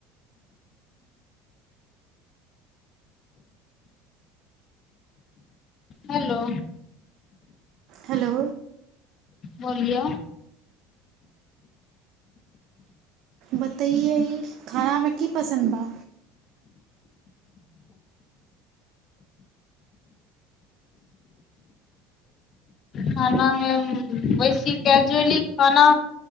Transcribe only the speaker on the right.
हेलो
बतइए ई खाना हरा की पसन्द बा